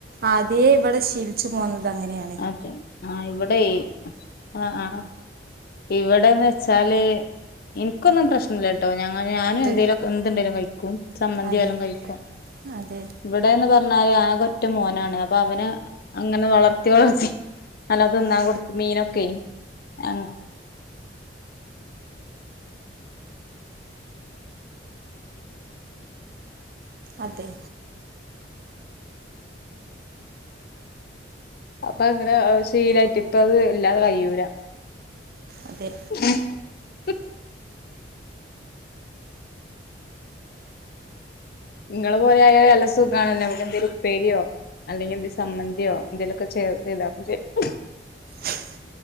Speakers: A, on the right; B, on the left.
A: ആദ്യേ ഇവ്ടെ ശീലിച്ച് പോന്നത് അങ്ങനെയാ
B: അതെ ആഹ് ഇവടേയ് ഹ് അഹ് ആഹ് ഇവടെന്ന്ച്ചാല് ഇൻ ഇക്കൊന്നും പ്രശ്നല്ലട്ടോ ഞങ്ങ ഞാനും
A: അതെ
B: എന്തേലൊകെ ഏന്ത്ണ്ടേലും കഴിക്കും ചമ്മന്ത്യാലും
A: അതെ
B: കയിക്കും
A: അതെ
B: ഇവ്ടേന്ന് പറ്ഞാല് ആകെ ഒറ്റ മോനാണ് അ പ്പൊ അവനെ അങ്ങനെ വളർത്തി വളർത്തി നല്ലോം തിന്നാം കൊട്ത്ത് മീനൊക്കെയ് എങ്
A: അതെ.
B: അപ്പൊങ്ങനെ അഹ് ശീലായിട്ട് പ്പത് ഇല്ലാതെ കയ്യൂലാ
A: അതെ
B: ച്ച്.. മ് ഇങ്ങളെ പോലയായ നല്ല സുഖാണല്ലൊ അമ്മക്കെന്തേലു ഉപ്പേര്യോ അല്ലെങ്കിന്തെ സമ്മന്ത്യോ എന്തെലു ക്കെ ചേറ്തിടാ അപ്പൊ ശെരിക്കും
A: ചൂം..